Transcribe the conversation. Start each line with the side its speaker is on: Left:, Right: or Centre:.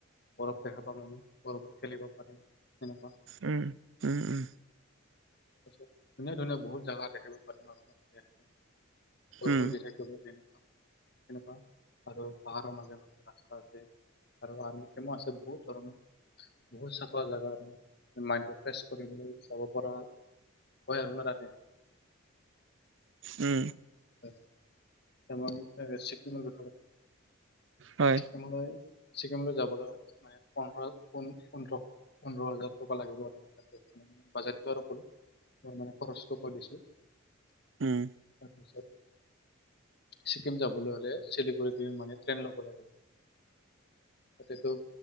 Left: বৰফ দেখা পাম আমি বৰফ খেলিব পাৰি তেনেকুৱা
Right: উম উম উম
Left: তাৰপিছত ধুনীয়া ধুনীয়া বহুত জাগা দেখিব পাৰিম আৰু ন তেতিয়া বৰষুণ
Right: উম,
Left: দি থাকিব পাৰিম এনেকুৱা আৰু পাহাৰৰ মাজে মাজে ৰাস্তা আছে আৰু আৰ্মী কেমো আছে বহুত ধৰনৰ বহুত চাফা জাগা আৰু মাইন্ডটো ফ্ৰেছ কৰিবলৈ যাব পৰা হয় আৰু না তাতে
Right: উম
Left: তাৰ মানে <unintelligible> চিকিমৰ
Right: হয়,
Left: তোমাৰ লৈ ছিকিমলৈ যাবলৈ হ'লে মানে পোন্ধৰ পোন্ধৰ পোন্ধৰ হাজাৰ টকা লাগিব আৰু তাত বাজেটতো আৰু কৰি খৰচটো কৈ দিছো
Right: উম
Left: তাৰপিছত ছিকিম যাবলৈ হ'লে চিলিগুৰিৰ মানে ট্ৰেইন ল'ব উঠিব লাগে তাতেতো